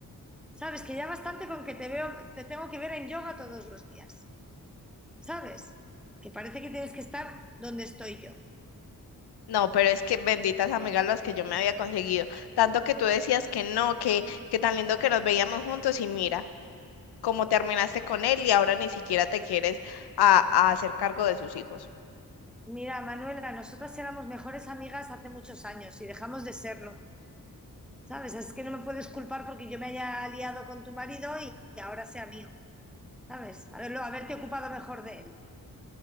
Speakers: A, in the centre; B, on the left (about 85°).
A: Sabes que ya bastante con que te veo, te tengo que ver en yoga todos los días. ¿Sabes? Que parece que tienes que estar donde estoy yo.
B: No, pero es que benditas amigas las que yo me había conseguido. Tanto que tú decías que no, que, que tan lindo que nos veíamos juntos y mira, cómo terminaste con él y ahora ni siquiera te quieres a a hacer cargo de sus hijos.
A: Mira, Manuela, nosotras éramos mejores amigas hace muchos años y dejamos de serlo. ¿Sabes? Es que no me puedes culpar porque yo me haya aliado con tu marido y ahora sea mío. ¿Sabes? Haberlo, haberte ocupado mejor de él.